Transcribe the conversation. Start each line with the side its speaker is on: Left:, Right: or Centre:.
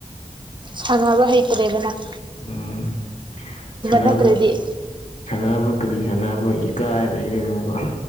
Right: ꯁꯥꯟꯅꯕ ꯍꯩꯇ꯭ꯔꯦꯕ ꯅꯪ
Left: ꯎꯝ ꯁꯥꯟꯅꯕꯗ
Right: ꯅꯠꯇ꯭ꯔꯗꯤ
Left: ꯁꯥꯟꯅꯕ ꯀꯔꯤ ꯁꯥꯟꯅꯕ ꯏꯀꯥꯏ ꯂꯩꯔ <unintelligible>